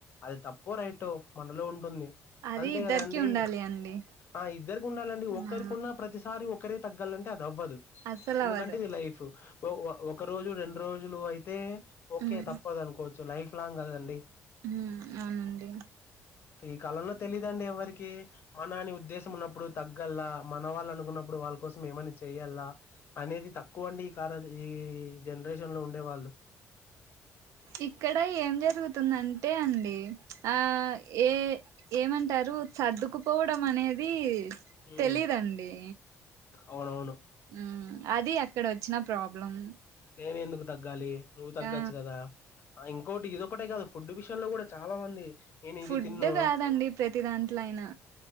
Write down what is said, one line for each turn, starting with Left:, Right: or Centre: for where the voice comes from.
Left: అది తప్ప రైట్ మనలో ఉంటుంది
Right: అది
Left: అంతే
Right: ఇద్దరికి
Left: కదండి
Right: ఉండాలి అండి
Left: ఆ ఇద్దరికి ఉండాలండి ఒక్కరికిన్న
Right: ఆ
Left: ప్రతిసాారి ఒకరే తగాలి అంటే అ వ్వదు
Right: అస్సలు
Left: ఎ
Right: అవ్వదు
Left: కంటది లైఫ్ ఒక రోజు రెండు రోజులు అయితే ఓకే
Right: ఉమ్
Left: తప్పదు అనుకోవచ్చు లైఫ్ లాంగ్ కాదండి.
Right: ఉమ్ అవునండి
Left: ఈ కాలంలో తెలిదండి ఎవరికి మన అని ఉద్దేశం ఉన్న ప్పుడు తగ్గలా, మన వాళ్ళు అనుకున్నప్పుడు వాళ్ళ కోసం ఏమన్నా చెయల్లా అనేది తక్కువ అండి ఈ కార ఈ జనరేషన్ లో ఉండే వాళ్ళు.
Right: ఇక్కడ ఏం జరుగుతుందంటే అండి. ఆ ఏ ఏమంటారు సర్దుకుపోవడం అనేది
Left: ఉమ్
Right: తెలిదండి.
Left: అవునవును.
Right: ఉమ్ అది అక్కడ వచ్చిన ప్రాబ్లం.
Left: నేనే ఎందుకు తగ్గాలి, నువ్వు తగ్గచ్చు
Right: ఆ
Left: కదా ఆ ఇంకోటి ఇది ఒకటే కాదు, ఫుడ్ విషయంలో కూడా చాలా మంది నేను
Right: ఫుడ్
Left: ఇది తిన్ను
Right: కాదండి ప్రతి దాంట్లో అయినా